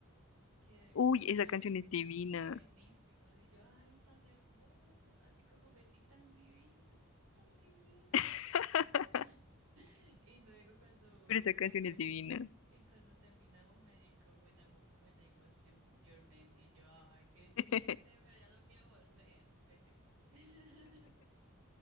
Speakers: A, on the right; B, on the left.
A: que de
B: Uy,
A: Bruno Mars,
B: esa canción es divina,
A: buenísimos y yo ay tan hermoso, así como Betty tan divino, tan divino.
B: <laughs>
A: <laughs> Y luego cuando
B: pero esa canción
A: cuando
B: es divina.
A: y cuando terminamos me dedicó When I, When I Was Your Your Man y yo ay qué triste,
B: <laughs>
A: pero ya no quiero volver, vete. <laughs>